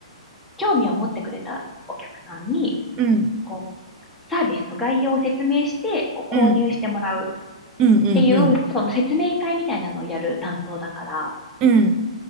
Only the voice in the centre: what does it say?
興味を持ってくれたお客さんに、
こう、サービスの概要を説明して、こう購入してもらう。
っ
ていう、
その説明会みたいなのをやる担当だから、